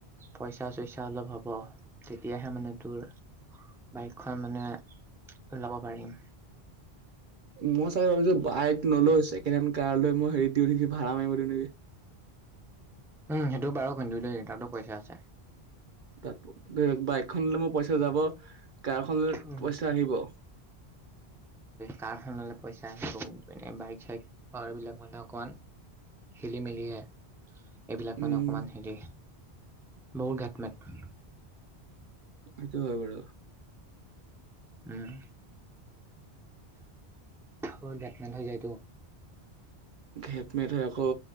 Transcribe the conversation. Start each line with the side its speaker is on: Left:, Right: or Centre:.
Centre: পইচা চইচা অলপ হ'ব তেতিয়াহে মানে তোৰ বাইক খন মানে ল'ব পাৰিম।
Right: মই চাগে ভাবিছো বাইক নলৈ ছেকেণ্ড হেণ্ড কাৰ লৈ মই হেৰি দিওঁ নেকি ভাড়া মাৰিব দিওঁ নেকি
Centre: উম সেইটো বাৰু খুন্দো দেই তাতো পইচা আছে <unintelligible>
Right: তাত ধৰিক বাইকখনলৈ মোৰ পইচা যাব। <unintelligible> কাৰখনত
Centre: উম।
Right: পইচা আহিব।
Centre: কাৰখনলৈ পইচা আহিব কিন্তু এনেই বাইক চাইক হোৱাৰ বিলাক মতে অকণমান <unintelligible> খেলি মেলিহে এইবিলাক
Right: উম
Centre: মানে অকমান হেৰি বহুত ঘাট মাত
Right: সেটো হয় বাৰু
Centre: উম <unintelligible> টো <unintelligible>
Right: হেটমেট আকৌ